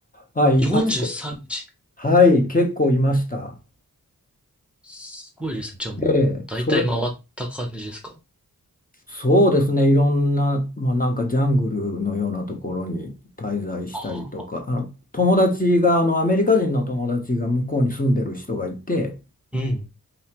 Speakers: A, on the left (about 25°); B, in the centre.
A: はい、
B: 43日。
A: あちこ、はい、結構いました。
B: すごいですね。じゃあもう、
A: ええ、
B: だいたい回った感じですか。
A: それ、そうですね、いろんな、まあ、なんかジャングルのようなところに滞在したりとか、
B: ああ、
A: あの友達が、あのアメリカ人の友達が向こうに住んでる人がいて、
B: うん。